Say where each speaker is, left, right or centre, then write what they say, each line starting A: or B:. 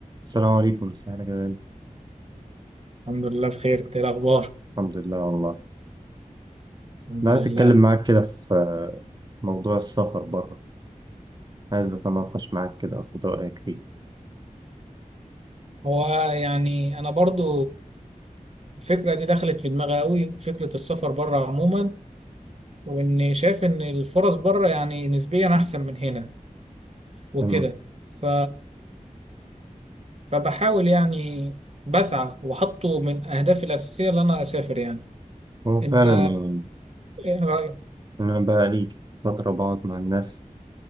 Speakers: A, on the right (about 30°); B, on the right (about 50°).
A: السلام عليكم ازيك يا جدعان
B: الحمد لله بخير انت ايه الاخبار
A: الحمد لله والله
B: الحمد
A: انا
B: لله
A: عايز اتكلم معاك كده في آه، موضوع السفر بره عايز اتناقش معاك كده اخد رايك فيه
B: هو يعني انا برضو الفكره دي دخلت في دماغي قوي فكره السفر بره عموما واني شايف ان الفرص بره يعني نسبيا احسن من هنا وكده
A: تمام
B: ف فبحاول يعني بسعى وحطه من اهدافي الاساسيه ان انا اسافر يعني
A: هو
B: انت
A: فعلا يعني
B: ايه رايك
A: إن انا بقى لي فتره بقعد مع الناس